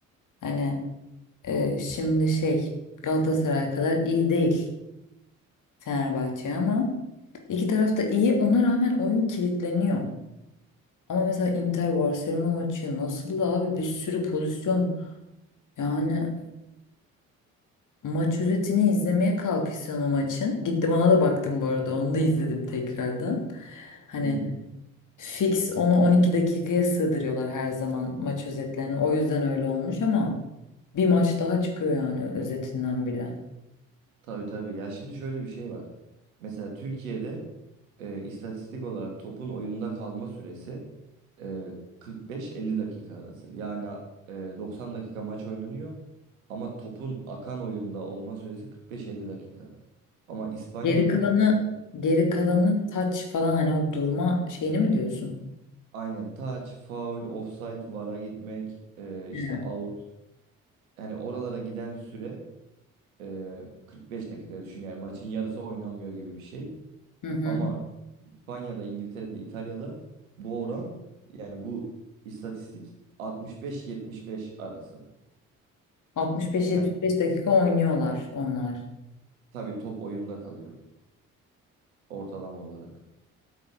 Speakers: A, on the left; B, on the right.
A: Hani Ee, şimdi şey Galatasaray kadar iyi değil Fenerbahçe ama iki taraf da iyi ona rağmen oyun kilitleniyor. Ama mesela Inter Barcelona maçı nasıl da abi bir sürü pozisyon yani maç özetini izlemeye kalkışsan o maçın. Gittim ona da baktım bu arada onu da izledim tekrardan. Hani
B: Hı.
A: fix onu 12 dakikaya sığdırıyorlar her zaman maç özetlerini o yüzden öyle olmuş ama bir maç daha çıkıyor yani özetinden bile.
B: Tabii tabii. Ya şimdi şöyle bir şey var. Mesela Türkiye'de e, istatistik olarak topun oyunda kalma süresi e, 45-50 dakika arası. Yani e, 90 dakika maç oynanıyor ama topun akan oyunda olma süresi 45-50 dakika. Ama İspanya'da
A: Geri kalanı geri kalanı taç falan hani o durma şeyini mi diyorsun?
B: aynen touch, foul, offside, VAR'a gitmek, e,
A: He.
B: işte out. Yani oralara giden süre e, 45 dakika düşün yani maçın yarısı oynanmıyor gibi bir şey.
A: Hı hı.
B: Ama İspanya'da, İngiltere'de, İtalya'da bu oran yani bu istatistik 65-75 arası.
A: 65-75
B: Yani
A: dakika oynuyorlar onlar.
B: tabii top oyunda kalıyor ortalama olarak.